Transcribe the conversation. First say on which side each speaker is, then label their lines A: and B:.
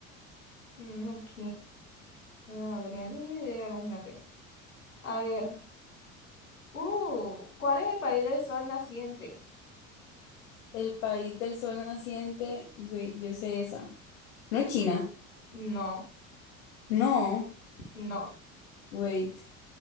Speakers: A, on the left; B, on the left.
A: Mm, Ok, no, no tenía ni idea, imagínate. A ver, uh, ¿cuál es el país del sol naciente?
B: El país del sol naciente. Wait, yo sé esa. ¿No es China?
A: No,
B: No.
A: no,
B: Wait.